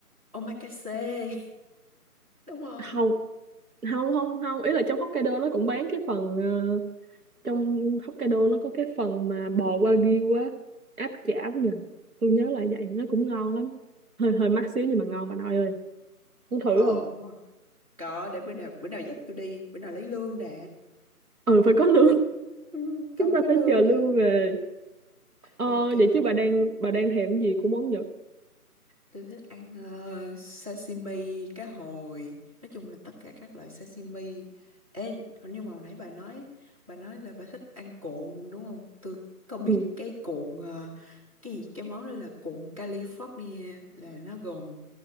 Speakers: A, on the right; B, on the right.
A: omakase <laughs> đúng không
B: không không không không ý là trong Hokkaido nó cũng bán cái phần ờ, trong Hokkaido nó có cái phần mà bò wagyu á áp chảo nhỉ tôi nhớ là vậy nó cũng ngon lắm hơi hơi mắc xíu nhưng mà ngon bà nội ơi muốn thử
A: ồ
B: không
A: có để bữa nào bữa nào dắt tôi đi bữa nào lấy lương đã
B: ừ phải có lương <laughs>
A: ừ, cậu
B: chúng ta
A: có
B: phải
A: lương
B: chờ
A: đã
B: lương về ờ
A: ok
B: vậy chứ bà đang bà đang thèm cái gì của món Nhật
A: Tôi thích ăn ờ, sashimi, cá hồi, nói chung là tất cả các loại sashimi. Ê, hình như mà hồi nãy bà nói, bà nói là bà thích ăn cuộn đúng không? Tôi có biết
B: ừ
A: cái cuộn ờ, cái gì, cái món đó là cuộn California là nó gồm